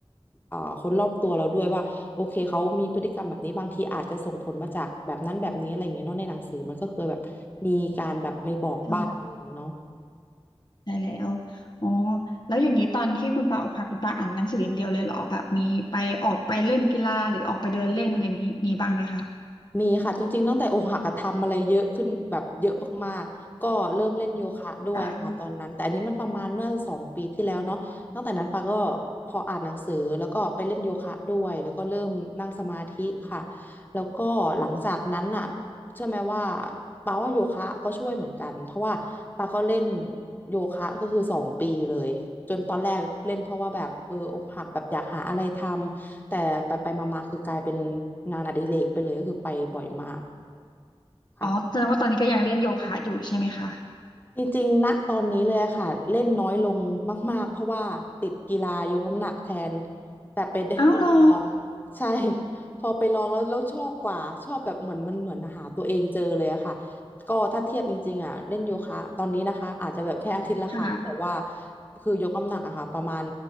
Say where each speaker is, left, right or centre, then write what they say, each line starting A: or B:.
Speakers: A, on the left (about 20°); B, on the left (about 45°).
A: เอ่อคนรอบตัวเราด้วยว่าโอเคเขามีพฤติกรรมแบบนี้บางทีอาจจะส่งผลมาจากแบบนั้นแบบนี้อะไรอย่างเงี้ยเนาะในหนังสือมันก็เคยแบบมีการแบบไม่บอกบ้างอะไรอย่างเงี้ยเนาะ
B: ใช่ได้แล้วอ๋อแล้วอย่างนี้ตอนที่คุณปาออกพาคุณปาอ่านหนังสืออย่างเดียวเลยเหรอแบบมีไปออกไปเล่นกีฬาหรือออกไปเดินเล่นอะไรมีมีบ้างไหมคะ
A: มีค่ะจริงๆตั้งแต่อกหักอะทำอะไรเยอะขึ้นแบบเยอะมากๆก็เริ่มเล่นโยคะด้วยค่ะตอนนั้นแต่อันนี้มันประมาณเมื่อสองปีที่แล้วเนาะตั้งแต่นั้นปาก็
B: ต่าง
A: พออ่านหนังสือแล้วก็ไปเล่นโยคะด้วยแล้วก็เริ่มนั่งสมาธิค่ะแล้วก็หลังจากนั้นน่ะเชื่อไหมว่าปาว่าโยคะก็ช่วยเหมือนกันเพราะว่าปาก็เล่นโยคะก็คือสองปีเลยจนตอนแรกเล่นเพราะว่าแบบเอออกหักแบบอยากหาอะไรทำ แต่ไปไปมามาๆคือกลายเป็นงานอดิเรกไปเลยก็คือไปบ่อยมากค่ะ
B: อ๋อแสดงว่าตอนนี้ก็ยังเล่นโยคะอยู่ใช่ไหมคะ
A: จริงๆณตอนนี้เลยอะค่ะเล่นน้อยลงมากๆเพราะว่าติดกีฬายกน้ำหนักแทนแต่ไปได้ไปลอง
B: อ้าวเหรอ
A: ใช่ <laughs> พอไปลองแล้วแล้วชอบกว่าชอบแบบเหมือนมันเหมือนหาตัวเองเจอเลยอะค่ะก็ถ้าเทียบจริงๆอะเล่นโยคะตอนนี้นะคะอาจจะแบบแค่อาทิตย์ละครั้งแต่ว่า
B: ค่ะ
A: คือยกน้ำหนักอะค่ะประมาณ